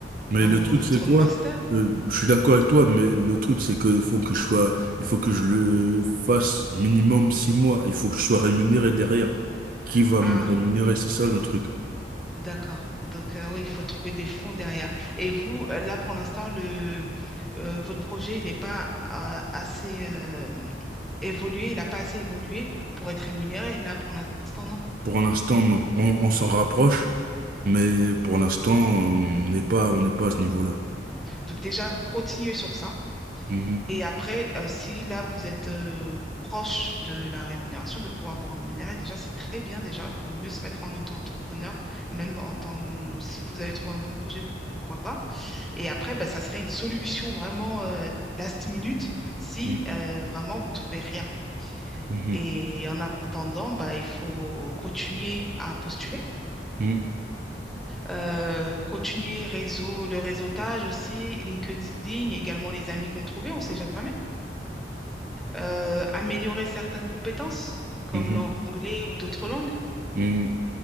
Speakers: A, on the right (about 50°); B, in the centre.
A: Mais
B: vo-
A: le truc,
B: votre
A: c'est quoi?
B: master.
A: Euh, je suis d'accord avec toi, mais le truc, c'est qu'il faut que je sois, il faut que je le fasse minimum six mois. Il faut que je sois rémunéré derrière. Qui va
B: Ah.
A: me rémunérer? C'est ça le truc.
B: D'accord. Donc, euh, oui, il faut trouver des fonds derrière. Et vous, euh, là, pour l'instant, le, euh, votre projet, il n'est pas euh, assez euh, évolué, il n'a pas assez évolué pour être rémunéré. Là, pour l'instant, non.
A: Pour l'instant, non. On, on s'en rapproche, mais pour l'instant, on n'est pas, on n'est pas à ce niveau-là.
B: Donc, déjà, continuez sur ça.
A: Mhm,
B: Et après, euh, si là, vous êtes euh, proche de la rémunération, de pouvoir vous rémunérer, déjà, c'est très bien. Déjà, vaut mieux se mettre en auto-entrepreneur, même en tant si vous avez trouvé un bon projet, pourquoi pas. Et après, bah, ça serait une solution vraiment euh, last minute si
A: mhm,
B: euh, vraiment vous trouvez rien.
A: mhm,
B: Et en attendant, bah, il faut continuer à postuler,
A: mhm,
B: euh, continuer réseau, le réseautage aussi, LinkedIn, et également les amis qu'on trouvait, on ne sait jamais. Euh, améliorer certaines compétences, comme
A: mhm,
B: l'anglais ou d'autres langues,
A: mhm,